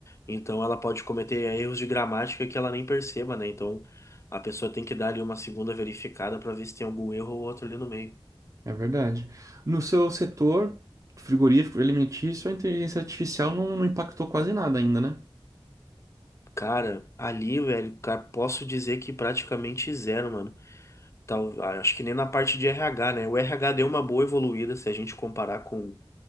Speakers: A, on the left; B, on the right.
A: Então ela pode cometer erros de gramática que ela nem perceba, né? Então a pessoa tem que dar ali uma segunda verificada para ver se tem algum erro ou outro ali no meio.
B: É verdade. No seu setor frigorífico, alimentício, a inteligência artificial não, não impactou quase nada ainda, né?
A: Cara, ali, velho, cara, posso dizer que praticamente zero, mano. Tal, ah, acho que nem na parte de RH, né? O RH deu uma boa evoluída se a gente comparar com